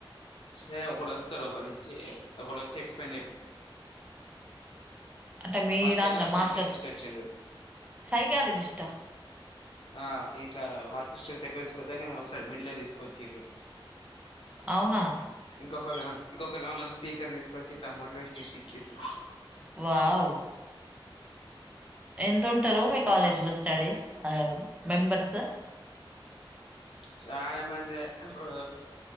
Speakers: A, on the left; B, on the right.
A: హే ఒకళత్తరు ఒకలిచ్చి ఒకళచ్చి ఎక్స్ప్లెన్ చెపిత్తరు
B: అంటే మీ
A: ఫస్ట్
B: దాంట్లో
A: ఇయర్ లో
B: మాస్టర్స్
A: సైకాటిస్ట్ వచ్చిండు
B: సైకాలజిస్ట్
A: ఆ ఇట్లా వర్క్ స్ట్రెస్ ఎక్కువ తీసుకోద్దనే ఒకసారి మిడిల్ తీసుకోవచ్చిరు
B: అవునా
A: ఇంకొకల ఇంకొకలోన్ స్పీకర్ తీసుకొచ్చి ఇట్లా మోటివేషన్ ఇప్పించారు
B: వావ్ ఎంత ఉంటారు మీ
A: ఇక
B: కాలేజీ
A: ఫస్ట్
B: లో స్టడీ అదే మెంబర్స్
A: చాలా మందే అసలు